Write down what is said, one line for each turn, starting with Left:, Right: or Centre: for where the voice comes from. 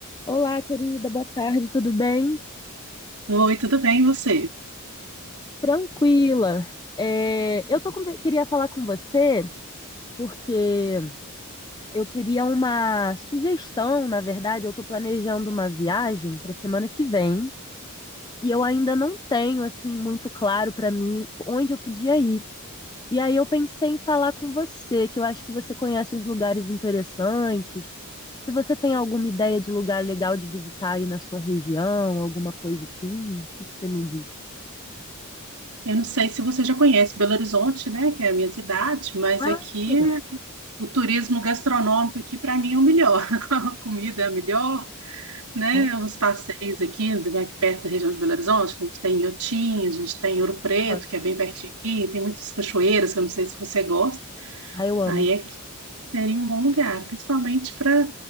Left: Olá, querida, boa tarde, tudo bem?
Right: Oi, tudo bem, e você?
Left: Tranquila. É, eu tô com- queria falar com você porque eu queria uma sugestão, na verdade, eu tô planejando uma viagem para semana que vem e eu ainda não tenho assim muito claro para mim onde eu podia ir. E aí eu pensei em falar com você, que eu acho que você conhece uns lugares interessantes. Se você tem alguma ideia de lugar legal de visitar aí na sua região, alguma coisa assim, o que que você me diz?
Right: Eu não sei se você já conhece Belo Horizonte, né, que é a minha cidade, mas
Left: Ah,
Right: aqui
Left: legal.
Right: o turismo gastronômico aqui para mim é o melhor. <laughs> A comida é a melhor, né?
Left: Oh,
Right: Os passeios aqui, aqui perto da região de Belo Horizonte, a gente tem Iotim, a gente tem Ouro Preto,
Left: Aham.
Right: que é bem pertinho aqui, tem muitas cachoeiras, que eu não sei se você gosta.
Left: Ai, eu amo.
Right: Aí é que seria um bom lugar, principalmente para